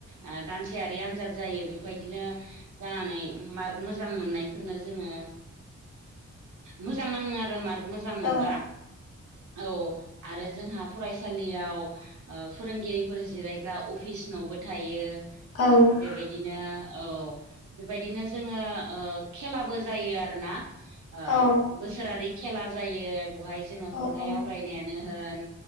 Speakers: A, on the right; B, on the left.
A: ओ दानसेयारि आनजाद जायो बेफबायदिनो जानानै मार्क मोजां मोननायफोरनो जोङो मोजां नाङो आरो मार्क मोजां मोनबा
B: औ
A: औ आरो जोंहा फरायसालियाव ओ फोरोंगिरिफोर जिरायग्रा अफिस न'बो थायो।
B: औ
A: बेबायदिनो औ बेबायदिनो जों जोङो ओ खेलाबो जायो आरोना ओ
B: औ
A: बोसोरारि खेला जायो बहाय जोङो खन्थाइ
B: औ औ
A: आवरायनायानो ओन